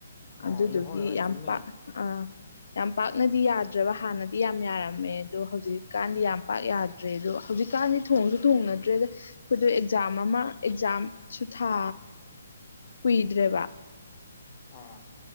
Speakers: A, on the left (about 35°); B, on the left (about 70°).
A: ꯑꯣ
B: ꯑꯗꯨꯗꯨꯒꯤ
A: ꯍꯣꯏ ꯍꯣꯏ
B: ꯌꯥꯝ
A: ꯆꯨꯝꯃꯦ
B: ꯄ ꯑ ꯌꯥꯝ ꯄꯥꯛꯅꯗꯤ ꯌꯥꯗ꯭ꯔꯕ ꯍꯥꯟꯅꯗꯤ ꯌꯥꯝ ꯌꯥꯔꯝꯃꯦ ꯑꯗꯣ ꯍꯧꯖꯤꯛꯀꯥꯟꯗꯤ ꯌꯥꯝ ꯄꯥꯛ ꯌꯥ ꯇꯇ꯭ꯔꯦ ꯑꯗꯣ ꯍꯧꯖꯤꯛꯀꯥꯟꯗꯤ ꯊꯣꯡꯁꯨ ꯊꯣꯡꯅꯗ꯭ꯔꯦꯗ ꯑꯩꯈꯣꯏꯗ ꯑꯦꯛꯖꯥꯝ ꯑꯃ ꯑꯦꯛꯖꯥꯝ ꯁꯨ ꯊꯥ ꯀꯨꯏꯗ꯭ꯔꯦꯕ
A: ꯑꯥ